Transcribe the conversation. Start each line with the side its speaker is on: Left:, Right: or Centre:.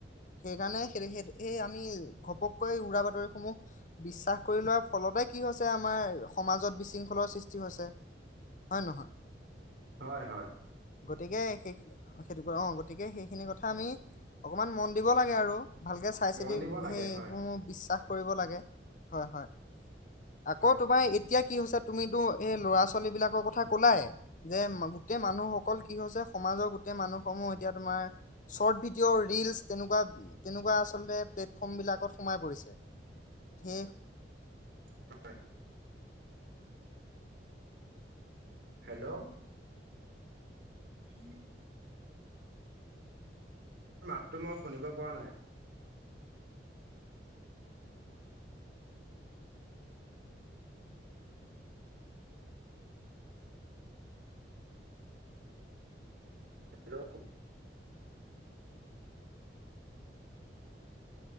Left: সেইকাৰণে সেইটো, সেই, সেই, আমি ঘপ ঘপকৈ উৰা বাতৰিসমূহ বিশ্বাস কৰি লোৱাৰ ফলতে কি হৈছে আমাৰ সমাজত বিশ শৃংখলৰ সৃষ্টি হৈছে, হয়-নহয়?
Right: হয় হয়
Left: গতিকে, সেই অ', সেইটোকে অ', গতিকে সেইখিনি কথা আমি অকণমান, মন দিব লাগে আৰু। ভালকে চাই
Right: মন
Left: চিতি
Right: দিব লাগে
Left: সেইবোৰ
Right: হয়
Left: বিশ্বাস কৰিব লাগে হয়, হয়। আকৌ,
Right: হয়
Left: তোমাৰ এতিয়া কি হৈছে, তুমিতো এই ল'ৰা ছোৱালী বিলাকৰ কথা ক'লাই। যে, মা গোটেই মানুহসকল কি হৈছে, সমাজৰ গোটেই মানুহ সমূহ, এতিয়া তোমাৰ চৰ্ট ভিডিঅ', ৰিলচ তেনেকুৱা, তেনেকুৱা আচলতে প্লেটফৰ্ম বিলাকত সোমাই পৰিছে। সেই
Right: হয়। হেল্ল'। উম। মাতটো মই শুনিব পৰা নাই। হেল্ল'!